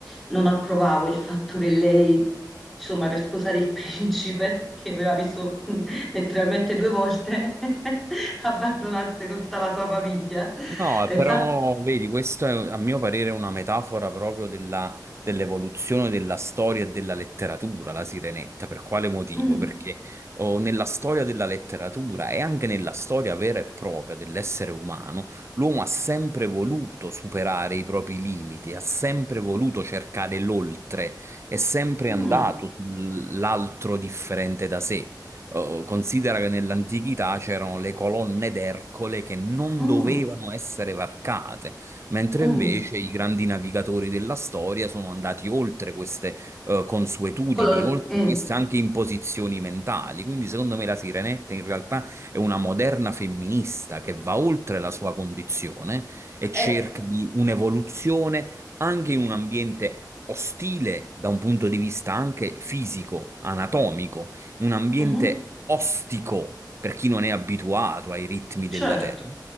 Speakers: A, in the centre; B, on the right (about 35°).
A: non approvavo il fatto che lei, insomma, per sposare il <laughs> principe, che aveva visto <laughs> letteralmente due volte, <laughs> abbandonasse tutta la sua famiglia.
B: No,
A: E
B: però
A: infatti,
B: vedi, questo è a mio parere una metafora proprio della- dell'evoluzione della storia e della letteratura, la Sirenetta. Per quale motivo?
A: mm,
B: Perché oh, nella storia della letteratura e anche nella storia vera e propria dell'essere umano, l'uomo ha sempre voluto superare i propri limiti, ha sempre voluto cercare l'oltre, è sempre
A: mm,
B: andato sull'altro differente da sé. Oh, considera che nell'antichità c'erano le colonne d'Ercole che non
A: mm,
B: dovevano essere varcate, mentre
A: mm,
B: invece i grandi navigatori della storia sono andati oltre queste eh, consuetudini,
A: colon-
B: oltre
A: mm,
B: queste anche imposizioni mentali. Quindi, secondo me, la Sirenetta in realtà è una moderna femminista che va oltre la sua condizione e
A: eh,
B: cerca di un'evoluzione anche in un ambiente ostile da un punto di vista anche fisico, anatomico un ambiente
A: mhm,
B: ostico per chi non è abituato ai ritmi
A: certo.
B: della terra.